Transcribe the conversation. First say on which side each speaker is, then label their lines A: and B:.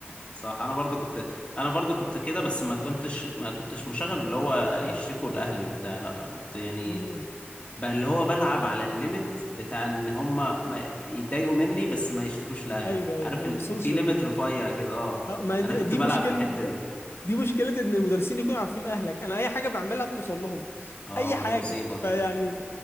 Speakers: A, on the left; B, on the left.
A: صح انا برضو كنت انا برضو كنت كده بس ما كنتش ما كنتش مشاغب اللي هو يشتكوا لاهلي وبتاع لا كنت
B: <laughs>
A: يعني
B: امم
A: بقى اللي هو بلعب على الليميت بتاع ان هما ما يتضايقوا مني بس ما يشتكوش لاهلي
B: ايوه ايوه
A: عارف
B: ما
A: ال...
B: وصلش
A: في ليميت رفيع كده اه
B: اه ما
A: انا
B: دي
A: كنت
B: دي
A: بلعب
B: مشكلة
A: في الحتة
B: ده
A: دي
B: دي مشكلة ان المدرسين يكونوا عارفين اهلك انا اي حاجة بعملها بتوصل لهم
A: اه
B: اي
A: ما
B: حاجة
A: دي مصيبة
B: فيعني
A: دي